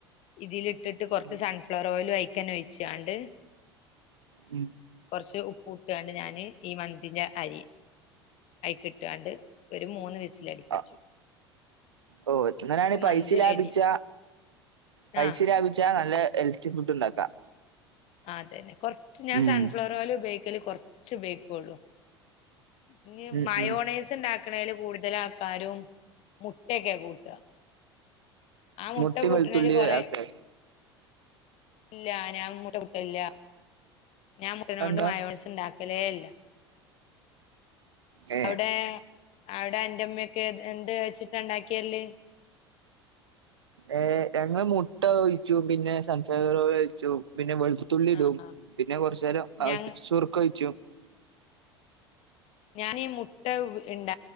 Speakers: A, on the left; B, on the right.
A: ഇതിൽ ഇട്ടിട്ട് കൊറച്ച്
B: ഉം
A: സൺഫ്ലവർ ഓയിൽ ഒയിക്കാൻ ഒഴിചോണ്ട്
B: ഉം
A: കൊറച്ച് ഉപ്പ് ഇട്ട് കൊണ്ട് ഞാന് ഈ മന്തിന്റെ അരി അയിക്കിട്ട് കൊണ്ട് ഒരു മൂന്ന് വിസില് അടിപ്പിച്ചു
B: അ ഓ ഇങ്ങനെ ആണ് പൈസ
A: മന്തി
B: ലാഭിച്ച
A: റെഡി
B: പൈസ
A: ആഹ്
B: ലാഭിച്ച നല്ല എല്ല് റ്റു ഫുഡ് ഒണ്ടാക്കാം
A: ആഹ് അതന്നെ കൊറച്ച് ഞാൻ
B: ഉം
A: സൺഫ്ലവർ ഓയില് ഉപയോഗിക്കല് കൊറച്ച് ഉപയോഗിക്ക് ഒള്ളു ഇനി
B: ഉം
A: മയോണൈസ്
B: ഉം
A: ഒണ്ടാക്കണേൽ കൂടുതൽ ആൾക്കാരും മുട്ട ഒക്കെ കൂട്ടുക ആ
B: മുട്ടി
A: കൂട്ടണേല്
B: വെളുത്തുള്ളി
A: കൊറെ
B: ആക്കെ
A: ഇല്ല ഞാൻ മുട്ട കുട്ടില്ല ഞാൻ മുട്ടനെ
B: അതെന്താ
A: കൊണ്ട് മായോണസ് ഇണ്ടാക്കും എലേ ല്ല
B: ഏ
A: അവിടെ അവിടെ അന്റെ അമ്മ ഒക്കെ എന്ത്‌ എന്ത് വെച്ചിട്ട് ഒണ്ടാക്കിയരല്
B: ഏഹ് ഞങ്ങ മുട്ട ഒഴിച്ചു പിന്നെ സംസാറോ ഓയിൽ ഒഴിച്ചു പിന്നെ വെളു തുള്ളി ഇടും
A: ആഹ്
B: പിന്നെ കൊറച്ച് നേരം ആവിശ്യപിച്ച്
A: ഞങ്ങ
B: ശുറുക്ക ഒഴിക്കും
A: ഞാനി ഈ മുട്ട ഇണ്ട